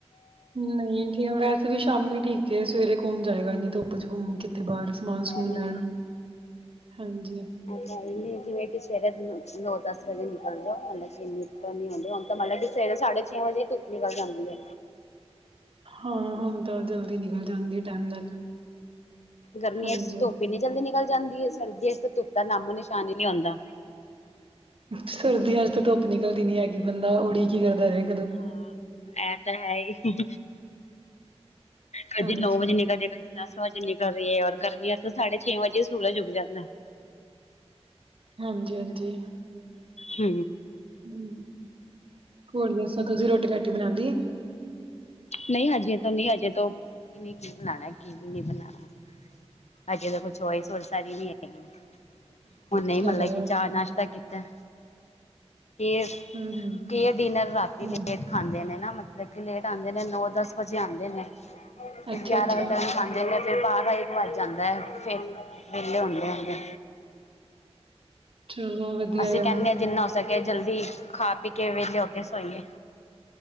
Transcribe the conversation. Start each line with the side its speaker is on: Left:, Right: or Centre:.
Right: ਨਹੀਂ ਠੀਕ ਆ ਵੈਸੇ ਵੀ ਸ਼ਾਮੀ ਠੀਕ ਹੈ ਸਵੇਰੇ ਕੌਣ ਜਾਏਗਾ ਇੱਨੀ ਧੁੱਪ ਚ ਘੁੰਮ ਕਿੱਥੇ ਬਾਹਰ ਸਮਾਨ ਸਮੂਨ
Left: ਹੂੰ।
Right: ਲੈਣ। ਹਾਂਜੀ
Left: ਜਿਵੇਂ ਕਿ ਸਵੇਰੇ ਨੋ-ਦਸ ਵਜੇ ਨਿਕਲ ਜਾਓ, ਮਤਲਬ ਕਿ ਇੰਨੀ ਪੈਹਲੇ ਹੁੰਦਾ ਹੁਣ ਤਾਂ ਮਤਲਬ ਕਿ ਸਵੇਰੇ ਸਾਢੇ ਛੇ ਵਜੇ ਧੁੱਪ ਨਿਕਲ ਜਾਂਦੀ ਐ।
Right: ਹਾਂ ਹੁਣ ਤਾਂ ਜਲਦੀ ਨਿਕਲ ਜਾਂਦੀ ਹੈ ਟਾਈਮ ਨਾਲ
Left: ਗਰਮੀਆਂ
Right: ਹਾਂਜੀ
Left: ਚ ਧੁੱਪ ਇੰਨੀ ਜਲਦੀ ਨਿਕਲ ਜਾਂਦੀ ਹੈ, ਸਰਦੀਆਂ ਇਚ ਤੇ ਧੁੱਪ ਦਾ ਨਾਮੋ ਨਿਸ਼ਾਨ ਹੀ ਨੀ ਹੋਂਦਾ।
Right: ਸਰਦੀਆਂ ਇਚ ਤੇ ਧੁੱਪ ਨਿਕਲਦੀ ਨੀ ਹੈਗੀ ਬੰਦਾ ਉੜੀਕ ਈ ਕਰਦਾ ਰਹ
Left: ਹਾਂ ਏਹ ਤਾਂ ਹੈ ਹੀ। ਕਦੀ
Right: ਹਾਂਜੀ,
Left: ਨੋ ਵਜੇ ਨਿਕਲਦੀ, ਕਦੀ ਦਸ ਵਜੇ ਨਿਕਲ ਰਹੀ ਹੈ, ਔਰ ਗਰਮੀਆਂ ਚ ਤੋਂ ਸਾਢੇ ਛੇ ਵਜੇ ਸੂਰਜ ਉਗ ਜਾਂਦੈ।
Right: ਹਾਂਜੀ-ਹਾਂਜੀ।
Left: ਹੂੰ।
Right: ਹੁਂ, ਹੋਰ ਦੱਸੋ ਤੁਸੀਂ ਰੋਟੀ ਰਾਟੀ ਬਣਾਦੀ।
Left: ਨਹੀਂ ਹਜੇ ਤੋਂ ਨਹੀਂ ਹਜੇ ਤੋਂ ਇਹਨਾ ਕੀ ਬਣਾਣਾ ਕੀ ਨੀ ਬਣਾਣਾ। ਹਜੇ ਤਾ ਕੁਝ ਚੋਇਸ ਸੁਰ ਸਾਰ ਈ ਨੀ ਹੈਗੀ, ਹੁਣੇ
Right: ਚਲੋ
Left: ਇ ਮਤਲਬ ਕਿ ਚਾਅ ਨਾਸ਼ਤਾ ਕੀਤਾ। ਕੀਏ,
Right: ਹੂੰ,
Left: ਕੀਏ ਡਿਨਰ ਰਾਤੀ
Right: ਹੂੰ
Left: ਲੇਟ ਖਾਂਦੇ ਨੇ ਨਾ ਮਤਲਬ ਕਿ ਲੇਟ ਰਾਤ ਦੇ ਟੈਮ ਨੋ-ਦਸ ਵਜੇ ਆਂਦੇ ਨੇ, ਫੇਰ
Right: ਅੱਛਾ-ਅੱਛਾ
Left: ਗਿਆਰਾਂ ਵਜੇ ਤੱਕ ਖਾਂਦੇ ਨੇ ਫੇਰ ਬਾਰਾ ਹੀ ਵੱਜ ਜਾਂਦੈ ਫੇ ਵੇਹਲੇ ਹੋੰਦੇਆ।
Right: ਚਲੋ ਵਧੀਆ
Left: ਅਸੀਂ ਕੈਨੇ
Right: ਆ
Left: ਆਂ ਜਿੰਨਾ ਹੋ ਸਕੇ ਜਲਦੀ ਖਾ ਪੀ ਕੇ ਵੇਲੇ ਹੋ ਕੇ ਸੌਂਈਏ।